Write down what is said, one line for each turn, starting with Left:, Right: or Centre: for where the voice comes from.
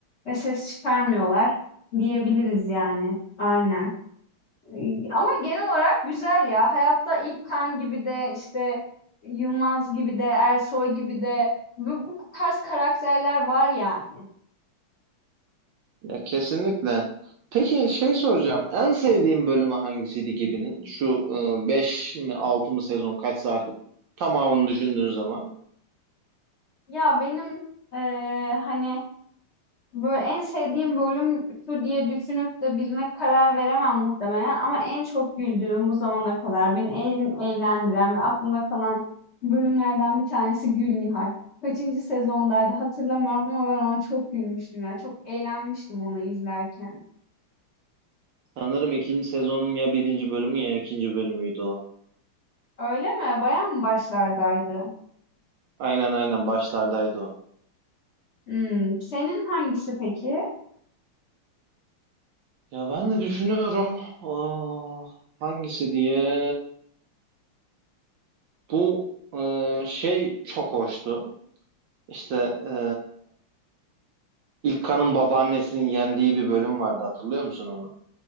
Left: Ve ses çıkarmıyorlar diyebiliriz yani. Aynen. Ee, Ama genel olarak güzel ya. Hayatta İlkan gibi de işte Yılmaz gibi de Ersoy gibi de bu, bu tarz karakterler var yani.
Right: Ya kesinlikle. Peki şey soracağım. En sevdiğin bölümü hangisiydi gibinin? Şu e, 5 mi 6 mı sezon kaçsa artık tamamını düşündüğün zaman.
Left: Ya benim eee, hani Böyle en sevdiğim bölüm şu diye düşünüp de birine karar veremem muhtemelen ama en çok güldüğüm bu zamana kadar beni en eğlendiren ve aklımda kalan bölümlerden bir tanesi Gül Nihal. Kaçıncı sezondaydı hatırlamıyorum ama ben ona çok gülmüştüm ya. Çok eğlenmiştim onu izlerken.
Right: Sanırım ikinci sezonun ya birinci bölümü ya ikinci bölümüydü o.
Left: Öyle mi? Bayağı mı başlardaydı?
Right: Aynen aynen başlardaydı o.
Left: Hmm, senin hangisi peki?
Right: Ya ben de düşünüyorum. Aa, hangisi diye. Bu e, şey çok hoştu. İşte e, İlkan'ın babaannesinin yendiği bir bölüm vardı hatırlıyor musun onu?